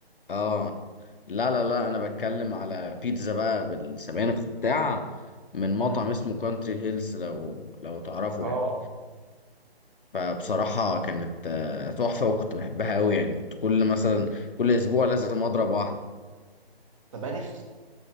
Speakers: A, on the left (about 55°); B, on the right (about 30°).
A: اه لا لا
B: قلت
A: لا انا
B: يمكن
A: بتكلم على بيتزا بقى بالسبانخ وبتاع من
B: مم.
A: مطعم اسمه كونتري هيلز لو لو تعرفه
B: اه
A: يعني فبصراحة كانت آه، تحفة وكنت بحبها قوي يعني كنت كل مثلا كل اسبوع لازم اضرب واحدة
B: طب يعني